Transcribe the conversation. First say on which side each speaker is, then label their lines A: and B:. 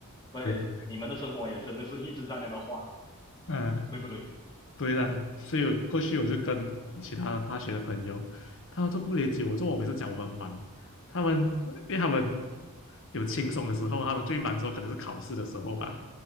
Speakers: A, on the left (about 20°); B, on the left (about 60°).
A: 对，
B: 对，
A: 你们的生活也真的是一直在那边画，
B: 嗯，
A: 对不对？
B: 对的，所以我过去我就跟我其他大学的朋友，他们就不理解我，就我每次讲我很忙，他们因为他们有轻松的时候，他们最忙的时候可能是考试的时候吧，